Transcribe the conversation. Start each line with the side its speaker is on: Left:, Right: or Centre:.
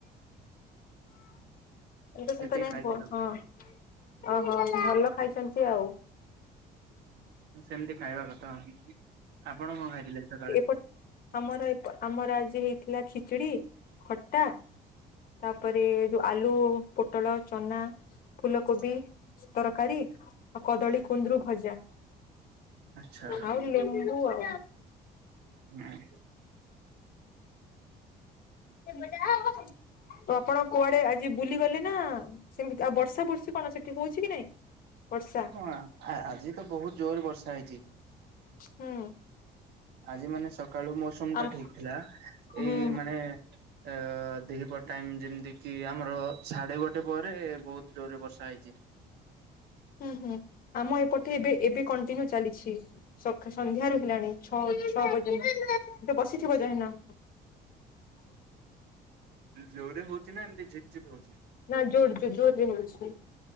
Left: ଏ ଚିନ୍ତା
Right: ଏତିକି
Left: ନାହିଁ
Right: ଖାଇଥିଲୁ।
Left: ହୁଅ ହଁ ଓହୋ ଭଲ ଖାଇଛନ୍ତି ଆଉ।
Right: ସେମିତି ଖାଇବା କଥା ଆ ଆପଣ କଣ ଖାଇଥିଲେ ସକାଳେ?
Left: ଏପଟ ଆମର ଏପ୍ ଆମର ଆଜି ହେଇଥିଲା ଖିଚୁଡି ଖଟା ତାପରେ ଯୋଉ ଆଳୁ ପୋଟଳ ଚନା ଫୁଲକୋବି ତରକାରୀ ଆଉ କଦଳୀ କୁନ୍ଦରୁ ଭଜା।
Right: ଆଛା।
Left: ଆଉ ଲେମ୍ବୁ ଆଉ।
Right: ହୁଁ।
Left: ତ ଆପଣ କୁଆଡେ ଆ ଯି ବୁଲି ଗଲେ ନା ସେମିତି ଆଉ ବର୍ଷା ବର୍ଷି କଣ ସେଠି ହଉଛି କି ନାଇଁ? ବର୍ଷା
Right: ହଁ ଆଜି ତ ବହୁତ ଜୋର ବର୍ଷା ହେଇଛି।
Left: ହୁଁ
Right: ଆଜି ମାନେ ସକାଳୁ ମୌସୁମ
Left: ଆମ
Right: ଟା ଠିକ ଥିଲା
Left: ହୁଁ
Right: ଏଇ ମାନେ ଏ ଦହିପର ଟାଇମ ଯେମିତି କିି ଆମର ସାଢ଼େ ଗୋଟେ ପରେ ବହୁତ ଜୋରରେ ବର୍ଷା ହେଇଛି।
Left: ହୁଁ ହୁଁ ଆମ ଏପଟେ ଏବେ ଏବେ କଣ୍ଟିନ୍ୟୁ ଚାଲିଛି। ସକା ସନ୍ଧ୍ୟାରୁ ହେଲାଣି ଛଅ ଛଅ ବଜେ ବସିଥିବ ଯାହନ।
Right: ଜୋରେ ହଉଛି ନା ଏମତି ଝିପଝିପ ହଉଛି।
Left: ନାଇ ଜୋରେ ଯୋ ଜୋରେ ହଉଛି